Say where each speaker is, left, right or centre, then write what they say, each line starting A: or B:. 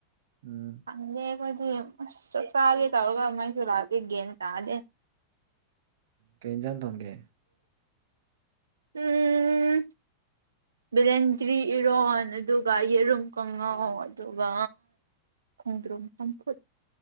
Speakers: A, on the right; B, on the right.
A: ꯎꯝ
B: ꯈꯪꯗꯦ ꯑꯩꯈꯣꯏꯗꯤ ꯑꯁ ꯆꯥꯛ ꯆꯥꯒꯦ ꯇꯧꯔꯒ ꯃꯩꯁꯨ ꯂꯥꯛꯇꯦ ꯒꯦꯟ ꯇꯥꯗꯦ
A: ꯀꯩ ꯏꯟꯖꯥꯟ ꯇꯣꯡꯒꯦ
B: ꯎꯝ
A: ꯖ
B: ꯕꯦꯂꯦꯟꯗ꯭ꯔꯤ ꯏꯔꯣꯟ ꯑꯗꯨꯒ ꯌꯦꯔꯨꯝ ꯀꯥꯡꯉꯥꯎ ꯑꯗꯨꯒ ꯈꯣꯡꯗ꯭ꯔꯣ ꯆꯝꯐꯨꯠ